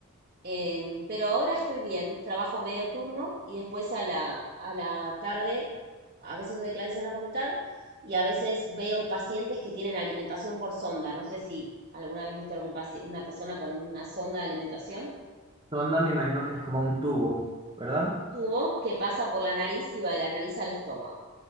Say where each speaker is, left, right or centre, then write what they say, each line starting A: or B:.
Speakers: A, on the right (about 50°); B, on the right (about 25°).
A: Em, pero ahora estoy bien, trabajo medio turno y después a la, a la tarde, a veces doy clases en la facultad y a veces veo pacientes que tienen alimentación por sonda. No sé si alguna vez viste algún paci- una persona con una sonda de alimentación,
B: Sonda, me imagino que es como un tubo, ¿verdad?
A: un tubo que pasa por la nariz y va de la nariz al estómago.